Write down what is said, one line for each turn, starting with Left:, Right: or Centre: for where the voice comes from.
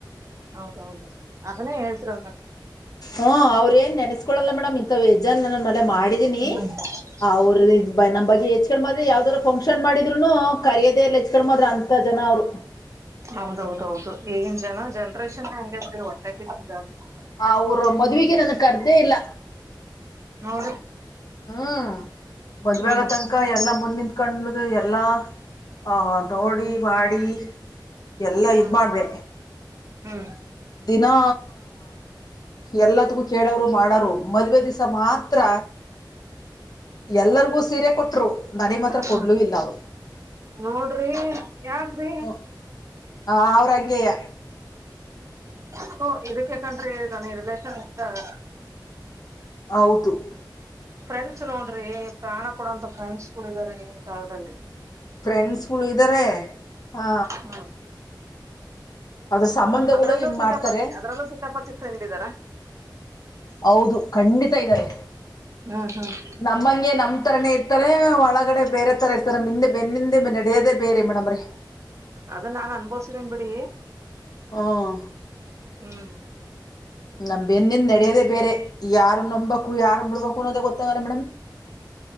Right: ಹೌದೌದು ಅದನ್ನೇ ಹೇಳ್ತಿರ ನನಗೆ.
Left: ಹ್ಮ ಅವ್ರ್ ಏನ್ ನೆನೆಸ್ಕೊಳಲ್ಲ ಮೇಡಮ್ ಇಂಥ ಎಜ್ಜಾನ್ ನನ್ ಮನೆೆ ಮಾಡಿದೀನಿ.
Right: ಹ್ಮ್
Left: ಅವ್ರ
Right: ಹ್ಮ್
Left: ನಮ್ಮ ಬಗ್ಗೆ ಹೆಚ್ ಕ ಮಾಡದೆ ಯಾವ್ದಾರ ಪಂಕ್ ಫಕ್ಷನ್ ಮಾಡಿದ್ರುನು ಕರಿಯೋದೆೇ ಎಲ್ಲ ಹೆಚ್ಕೊಂಡ್ಮ್ರ ಅಂತ ಜನ ಅವರು.
Right: ಹೌದೌದೌದು ಈಗಿನ ಜನ ಜನ್ರೇಷನ್ ಹಂಗೆ ಬಿ ಒಟ್ಟೆ ಕಿಚ್ಚು ಜಾಸ್ತಿ.
Left: ಆ ಅವ್ರ ಮದ್ವೆಗೆ ನನ್ ಅರ್ದೇ ಇಲ್ಲ
Right: ಹೌ
Left: ಹ್ಮ್ ಮದ್ವಾಗ
Right: ಹ್ಮ್
Left: ತನಕ ಎಲ್ಲಾ ಮುಂದಿಂದಕಂಡ್ದು ಎಲ್ಲಾ ಹ ದಡಿ ಮಾಡಾರಿ <unintelligible> ಎಲ್ಲಾ
Right: ಹ್ಮ್
Left: ಇದ್ ಮಾಡ್ದೆ
Right: ಹ್ಮ್
Left: ದಿನಾ ಎಲ್ಲದಗೂ ಕೇಳೋರು ಮಾಡೋರು ಮದ್ವೇ ದಿವಸ ಮಾತ್ರ ಎಲ್ಲರಿಗೂ ಸೀರೆ ಕೊಟ್ರು ನಡೆ ಮಾತ್ರ ಕೊಡ್ಲುೂ
Right: ಹ್ಮ್
Left: ಇಲ್ಲ ಅವರು
Right: ನೋಡ್ರಿ ಯಾಕ್ರಿ
Left: ಹ ಹ ಅವ್ರಂಗಯ
Right: ಹ ಇದಕ್ಕೆ ಯಾಕನ್ಡ್ರಿ ಈ ನನ್ ಈ ರಿಲೇಷನ್ ಇಷ್ಟ ಆಗ
Left: ಹೌದು
Right: ಫ್ರೆಂಡ್ಸ್ ನೋಡ್ರಿ ಪ್ರಾಣ ಕೊಡುವಂತ ಫ್ರೆಂಡ್ಸ್ ಕೂಡ ಇದಾರೆ ಈಗಿನ ಕಾಲದಲ್ಲಿ
Left: ಫ್ರೆಂಡ್ಸ್ಗಳು ಇದ್ದಾರೆ ಆ
Right: ಹ್ಮ್
Left: ಅದ್ರ ಸಂಬಂಧಗಳು
Right: ಅದ್ರಲ್ಲೂ
Left: ಹಿಂಗ್
Right: ಸಿತಾಪತಿ
Left: ಮಾಡ್ತಾರೆ
Right: ಅದ್ರಲ್ಲೂ ಸಿತಾಪತಿ ಫ್ರೆಂಡ್ ಇದ್ದಾರ
Left: ಹೌದು ಖಂಡಿತ ಇದ್ದಾರೆ
Right: ಹ್ಮ್ ಹ್ಮ್
Left: ನಮ್ಮಂಗೆ ನಮ್ ತರನೇ ಇರ್ತಾರೆ ಒಳಗಡೆ ಬೇರೆ ತರ ಇರ್ತಾರೆ ನಿಂದೆ ಬೆನ್ನಿಂದ ನಡೆಯದೇ ಬೇರೆ ಮೇಡಮ್ರೆ
Right: ಅದ ನಾನ್ ಅನ್ಭವಸನೇನ್ ಬಿಡಿ
Left: ಹ್ಮ್
Right: ಹ್ಮ್
Left: ನಮ ಬೆಂದಿಂದ ನಡೆಯೋದೇ ಬೇರೆ ಯಾರು ನಂಬಬೇಕು ಯಾರ ಬಿಡ್ಬೇಕು ಅನ್ನೋದ ಗೊತ್ತಂಗಲ್ಲ ಮೇಡಮ್